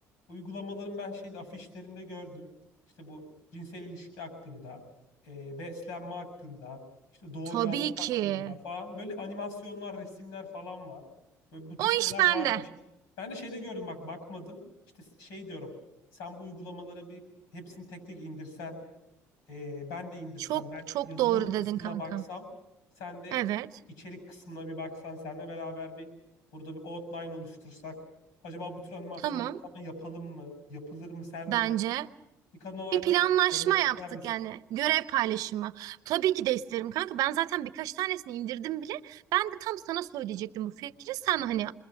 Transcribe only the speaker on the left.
Uygulamaların ben şeyde afişlerinde gördüm. İşte bu cinsel ilişki hakkında, e, beslenme hakkında, işte doğurganlık
hakkında falan. Böyle animasyonlar, resimler falan var. Böyle bu tür
şeyler
varmış. Ben de şeyde gördüm bak bakmadım. İşte şey diyorum. Sen bu uygulamalara bir hepsini tek tek indirsen ee, ben de indirsem,
ben
yazılım
kısmına
baksam, sen de
içerik kısmına bir baksan, seninle beraber bir burada bir outline oluştursak. Acaba bu tür animasyonlar
falan yapalım mı? Yapılır mı? Sen mesela
bir kadın olarak
böyle bir şey görmek
ister misin?